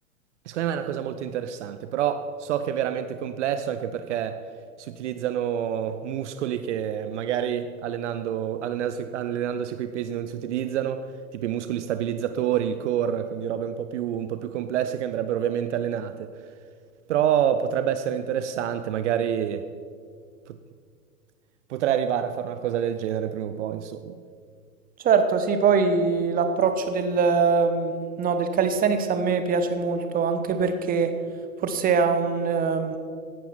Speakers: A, on the right; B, on the right.
A: Secondo me è una cosa molto interessante, però so che è veramente complesso anche perché si utilizzano muscoli che magari allenando, allenandosi, allenandosi coi pesi non si utilizzano, tipo i muscoli stabilizzatori, il core, quindi robe un po' più, un po' più complesse che andrebbero ovviamente allenate. Però potrebbe essere interessante, magari pot- potrei arrivare a fare una cosa del genere prima o poi, insomma.
B: Certo, sì, poi l'approccio del, ehm, no, del calisthenics a me piace molto, anche perché forse ha un, ehm,